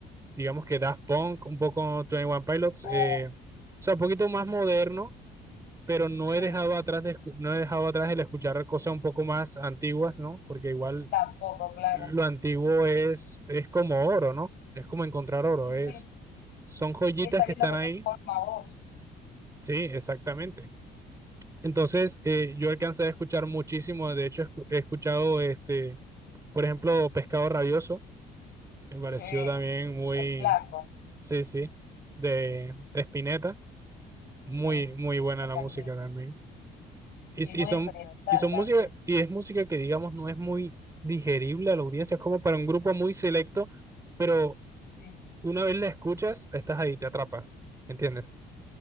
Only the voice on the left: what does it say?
Uh,
sí,
tampoco, claro.
Y
sí.
Y está bien
lo que
te informa a vos.
Sí,
el flaco.
Sí,
eso
también.
Sí, muy
experimental
también.
Sí,